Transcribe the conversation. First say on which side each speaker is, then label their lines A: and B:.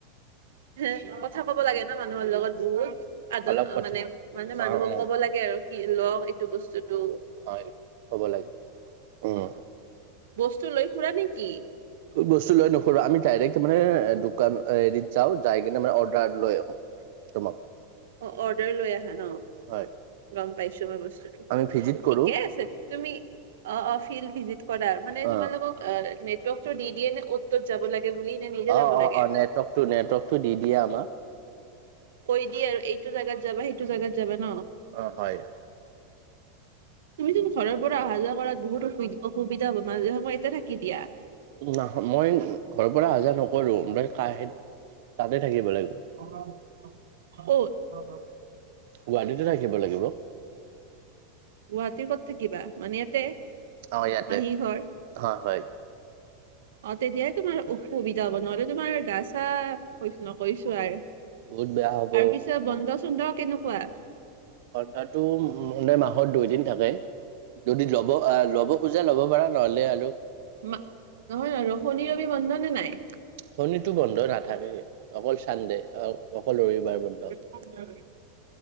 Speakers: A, on the right; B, on the right.
A: হ কথা ক'ব লাগে ন মানুহৰ লগত বহুত আদন
B: অলপ কথা
A: মানে মানে মানুহক
B: অ' অ'
A: কব লাগে- কি আৰু কি লও এইটো বস্তুতটো-
B: হয় ক'ব লাগে উম
A: বস্তু লৈ ফুৰা নেকি-
B: বস্তু লৈ নুফুৰোঁ আমি ডাইৰেক্ট মানে দোকান হেৰিত যাও- যাই কিনে মানে অৰ্ডাৰ লৈ আহো তোমাক-
A: অ অৰ্ডাৰ লৈ আহা ন-
B: হয়
A: গম পাইছোঁ ময় বস্তুটো
B: আমি ভিজিট কৰো
A: ঠিকে আছে তুমি অ অ ফিল্ড ভিজিট কৰা- মানে
B: অ'
A: তোমালোকক অ নেটৱৰ্ক টো দি দিয়ে নে অ'ত ত'ত যাব লাগে বুলি- নে নিজে
B: অ
A: যাব
B: অ
A: লাগে
B: অ নেটৱৰ্ক টো নেটৱৰ্ক টো দি দিয়ে আমাক-
A: কৈ দি আৰু এইটো জাগাত যাবা সেইটো জাগাত যাবা ন-
B: অ হয়-
A: তুমি যোন ঘৰৰ পৰা অহা যোৱা কৰাত বহুত অসুবিধা হব মাজে সময় ইয়াতে থাকি দিয়া-
B: নয় মই ঘৰৰ পৰা আহাঁ যোৱা নকৰো ব কহত তাতে থাকিব লাগিব-
A: কত
B: ৱাৰডীতে থাকিব লাগিব?
A: গুৱাহাটীৰ ক'ত থাকিবা, মানে ইয়াতে?
B: অ', ইয়াতে
A: মাহী ঘৰ
B: হয়, হয়।
A: অ', তেতিয়াহে তোমাৰ অসুবিধা হ'ব, নহ'লে তোমাৰ গা-চা নকৈছোঁ আৰু।
B: বহুত বেয়া হ'ব
A: আৰ পিছে বন্দ-চন্দ কেনেকুৱা?
B: ঘন্ধাটো উম, এনে মাহৰ দুই দিন থাকে। যদি <unintelligible> ল'ব খোজা ল'ব পাৰা নহ'লে আৰু
A: <inaudible> নহয় আৰু শনি-ৰবি বন্ধ নে নাই?
B: শনিতো বন্ধ নাথাকে, অকল চানডে অ-অকল ৰবিবাৰ বন্ধ।
A: <unintelligible>